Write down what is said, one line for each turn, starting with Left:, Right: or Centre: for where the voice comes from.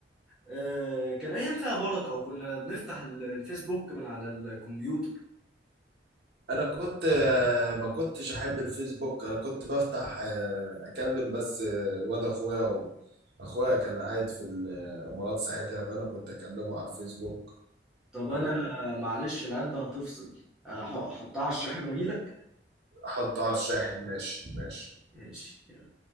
Centre: آه كان ايام فيها بركه وكنا بنفتح ال- الفيسبوك من على الكمبيوتر
Right: انا كنت آه، ما كنتش احب الفيسبوك انا كنت بفتح آه، اكلم بس آه، الواد اخويا و- اخويا كان قاعد في الامارات ساعتها فانا كنت اكلمه على الفيسبوك
Centre: طب انا
Right: او
Centre: معلش العده هتفصل أح- احطها على الشاحن واجي لك
Right: احطه على الشاحن ماشي ماشي
Centre: ماشي